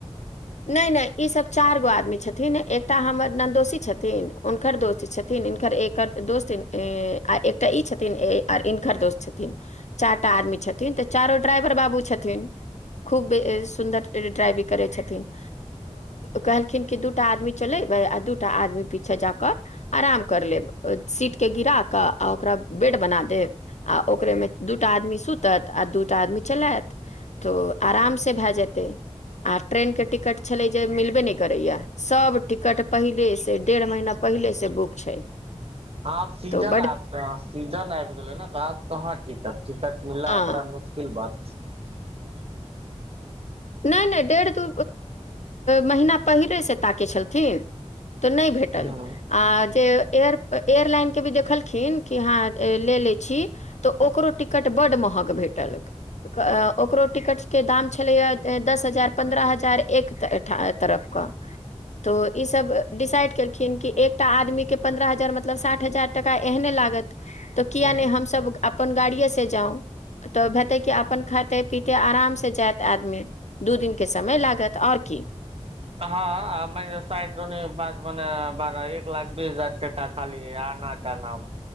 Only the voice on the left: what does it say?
नहि नहि ईसभ चारि गो आदमी छथिन एकटा हमर नन्ददोषी छथिन हुनकर दोस्त छथिन हिनकर एकर दोस्त आ एकटा ई छथिन आ हिनकर दोस्त छथिन चारि टा आदमी छथिन तऽ चारिो ड्राइवर बाबू छथिन। खूब सुन्दर ड्राइवि करै छै। तऽ कहलखिन द आदमी चलेबै आ दूटा आदमी पीछे जाकऽ आराम कर लेब सीटके गिरा कऽ आ ओकरा बेड बना देब आ ओकरेमे दूटा आदमी सुतत आ दूटा आदमी चलात तऽ आराम से भए जेतै आ ट्रेनके। टिकट छले जे मिलबे नहि करैया सब टिकट पहिले से डेढ़ महीना पहिले से बुक छै।
तो बड
हँ
नहि नहि डेढ़ दू महीना पहिलेसँ ताकै छलथिन। तऽ नहि भेटल
आ जे। एय एयरलाइनके भी देखलखिन कि हँ ले ले छी तऽ ओकरो टिकट बड्ड महग भेटल ओकरो टिकटके दाम छलैय। दस हजार पन्द्रह हजार एक तरफके तऽ ईसभ डिसाइड केलखिन कि एकटा आदमीके पन्द्रह हजार मतलब साठि हजार टाका एहने लागत तऽ किया
नहि हमसभ अपन गाड़िएसँ जाउ तऽ हेतै कि अपन खाते पीिते आरामसँ जायत आदमी। दू दिन के समय लागत आओर की।